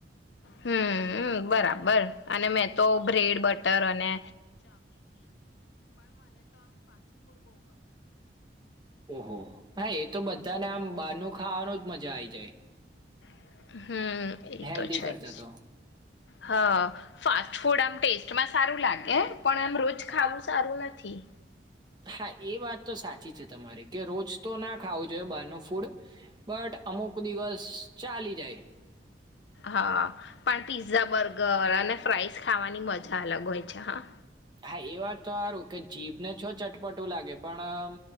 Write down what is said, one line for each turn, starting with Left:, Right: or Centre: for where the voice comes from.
Left: હમ બરાબર અને મેં તો બ્રેડ બટર અને.
Right: ઓહો હા એ તો બધાને આમ બારનું ખાવાનું જ મજા આઈ જાય.
Left: <inaudible> હમ એ
Right: હેલ્ધી
Left: તો છે
Right: કરતા
Left: જ
Right: તો
Left: હા ફાસ્ટ ફૂડ આમ ટેસ્ટમાં પણ આમ રોજ ખાવુ સારુ નથી
Right: હા એ વાત તો સાચી છે તમારી કે રોજ તો ના ખાવું જોઈએ બારનું ફૂડ બટ અમુક દિવસ ચાલી જાય.
Left: હા પણ પીઝા બર્ગર અને ફ્રાઈઝ ખાવાની મઝા અલગ હોય છે હા.
Right: હા એ વાત તો હારું કે જીભને છો ચટપટું લાગે પણ